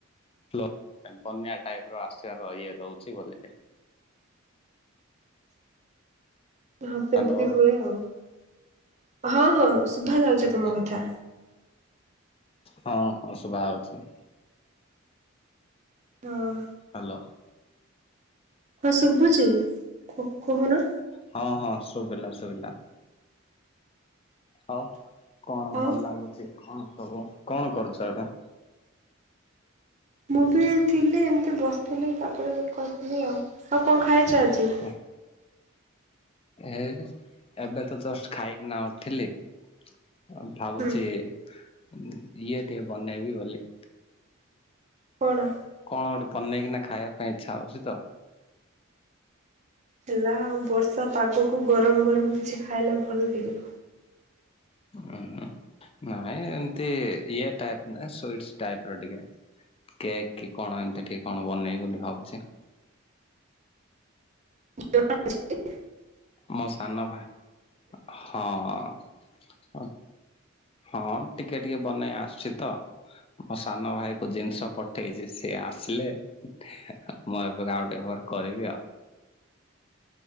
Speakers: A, on the left (about 25°); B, on the right (about 35°).
A: <unintelligible> ବନ୍ୟା ଟାଇପ୍ ର ଆସିବାର ଇଏ ରୋହୁଛି ବୋଲିକି।
B: <inaudible> ହଁ ସେମିତି
A: ହାଲୋ।
B: ହୁଏ ଆଉ ହଁ ହଁ ଶୁଭା ଯାଉଛି ତୁମ
A: ହଁ
B: କଥା।
A: ହଁ ହଁ ଶୁଭା ହୋଉଚି।
B: ହଁ।
A: ହ୍ୟାଲୋ।
B: ହଁ ଶୁଭୁଚି କହୁନ।
A: ହଁ ହଁ ଶୁଵିଲା ଶୁଵିଲା। ଆଉ କଣ
B: ଆଉ
A: ଭଲ ଲାଗୁଛି କଣ ସବୁ କଣ କରୁଛ ଏବେ?
B: ମୁଁ ବି ଥିଲି ଏମିତି ବସିଥିଲି ତାପରେ କହିଥିଲି ଆଉ ଆଉ କଣ ଖାଇଛ ଆଜି?
A: ହ। ଏ ଏବେ ତ ଜଷ୍ଟ ଖାଇକି ନା ଉଠିଲି। ଆ ଭାବୁଛି
B: ହୁଁ
A: ଇଏ ଟିକେ ବନେଇବି ବୋଲି।
B: କଣ?
A: କଣ ଗୋଟେ ବନେଇକିନା ଖାଇବା ପାଇଁ ଇଚ୍ଛା ହୋଉଛି ତ।
B: ହେଲା ଆଉ ବର୍ଷା ପାଗକୁ ଗରମ ଗରମ କିଛି ଖାଇଲେ ଭଲ ଲାଗିବ।
A: ହଁ ନାଇଁ ଏମତି ଇଏ ଟାଇପ୍ ନା ସୁଇସ୍‌ ଟାଇପ୍ ର ଟିକେ। କେକ୍ କଣ ଏମତି ଟିକେ କଣ ବନେଇବି ବୋଲି ଭାବୁଛି।
B: <unintelligible>
A: ମୋ ସାନ ଭା ହଁ। ହଁ ଟିକେ ଟିକେ ବନେଇ ଆସୁଚି ତ। ମୋ ସାନ ଭାଇ କୁ ଜିନିଷ ପଠେଇଛି ସିଏ ଆସିଲେ ମୁଁ ଏବେ ଆଉ ଟିକେ ପରେ କରିବି ଆଉ।